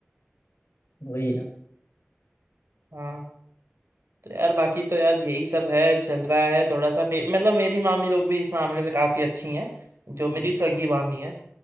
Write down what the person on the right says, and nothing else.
हाँ तो यार बाकी तो यार यही सब है चल रहा है थोड़ा सा मे, मतलब मेरी मामी लोग भी इस मामले में काफी अच्छी हैं जो मेरी
सगी मामी है